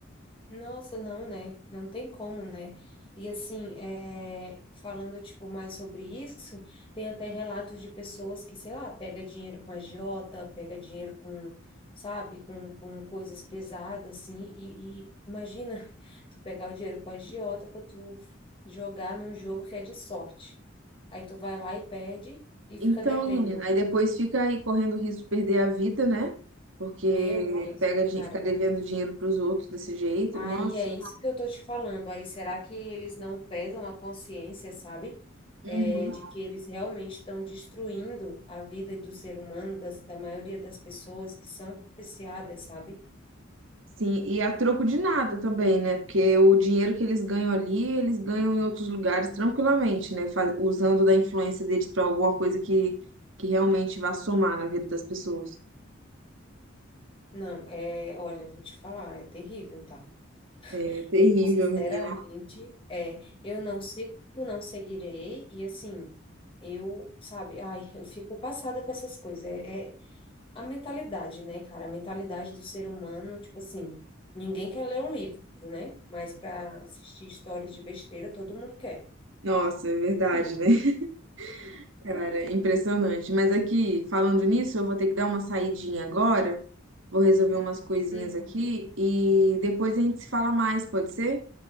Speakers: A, on the left; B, on the right.
A: Nossa, não, né? Não tem como, né? E assim, é, falando tipo mais sobre isso, tem até relatos de pessoas que, sei lá, pega dinheiro com agiota, pega dinheiro com, sabe, com, com coisas pesadas, assim, e, e imagina <laughs> tu pegar o dinheiro com agiota pra tu jogar num jogo que é de sorte. Aí tu vai lá e perde e fica
B: Então,
A: devendo.
B: menina, aí depois fica aí correndo o risco de perder a vida, né? Porque
A: Meu Deus,
B: pega,
A: né,
B: din-
A: cara?
B: fica devendo dinheiro pros outros desse jeito.
A: Aí
B: Nossa.
A: é isso que eu tô te falando. Aí será que eles não pesam a consciência, sabe?
B: Uhum.
A: É, de que eles realmente estão destruindo a vida do ser humano, das, da maioria das pessoas que são viciadas, sabe?
B: Sim, e a troco de nada também, né? Porque o dinheiro que eles ganham ali, eles ganham em outros lugares tranquilamente, né? Fa- Usando da influência deles para alguma coisa que, que realmente vá somar na vida das pessoas.
A: Não, é, olha, vou te falar, é terrível, tá?
B: É terrível,
A: Eu, sinceramente,
B: menina.
A: é, eu não sigo, não seguirei, e assim, eu, sabe, ai, eu fico passada com essas coisas. É. é A mentalidade, né, cara? A mentalidade do ser humano, tipo assim, ninguém quer ler um livro, né? Mas para assistir histórias de besteira, todo mundo quer.
B: Nossa, é verdade,
A: Enfim.
B: né? <laughs> Cara, impressionante. Mas aqui, falando nisso, eu vou ter que dar uma saidinha agora. Vou resolver umas coisinhas
A: Uhum.
B: aqui e depois a gente se fala mais, pode ser?